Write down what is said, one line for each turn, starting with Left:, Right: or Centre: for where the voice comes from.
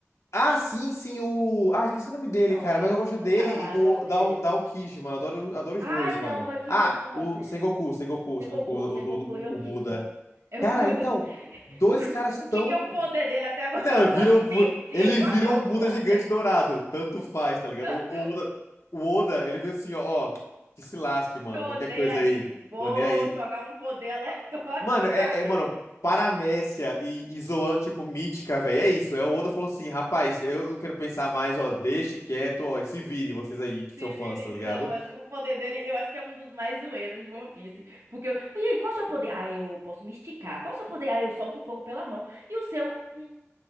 Left: Ah, sim, sim, o. Ah, esqueci o nome dele,
Right: Não,
Left: cara,
Right: é,
Left: mas eu gosto
Right: é
Left: dele
Right: um cara lá,
Left: e do
Right: eu gosto dele.
Left: da, da Aokiji, mano. Adoro, adoro os
Right: Ai,
Left: dois,
Right: não,
Left: mano.
Right: o Akishima
Left: Ah,
Right: eu também gosto
Left: o
Right: dele.
Left: Sengoku, Sengoku,
Right: Sengoku,
Left: Sengoku, o,
Right: Sengoku
Left: o, o-
Right: e Okishima.
Left: o Buda.
Right: É
Left: Cara,
Right: o Buda.
Left: então, dois
Right: O, que-
Left: caras
Right: o que
Left: tão.
Right: que é o poder dele? Até agora
Left: Não,
Right: eu não
Left: viram.
Right: <laughs> entendi
Left: Bu- Ele
Right: qual
Left: virou
Right: é o
Left: um Buda
Right: poder.
Left: gigante dourado. Tanto faz, tá ligado?
Right: Eu
Left: O, o
Right: não
Left: Oda, o Oda, ele fez assim, ó, ó, que se lasque, mano.
Right: tô
Left: Qualquer
Right: nem
Left: coisa
Right: aí.
Left: aí.
Right: Vou
Left: Tô nem aí.
Right: jogar um poder aleatório
Left: Mano,
Right: <laughs>
Left: é,
Right: pra
Left: é-
Right: ele.
Left: mano, paramécia e, e zoando, tipo, mítica, velho. É isso. É o outro falando assim, rapaz, eu não quero pensar mais, ó, deixe quieto, ó, e se virem vocês aí que
Right: Se
Left: são
Right: vire-
Left: fãs, tá ligado?
Right: Não, mas o poder dele, eu acho que é um dos mais zoeiros de One Piece. Porque eu. E aí, qual é o seu poder? Ah, eu posso me esticar. Qual é o seu poder? Ah, eu solto o fogo pela mão. E o seu. Hum,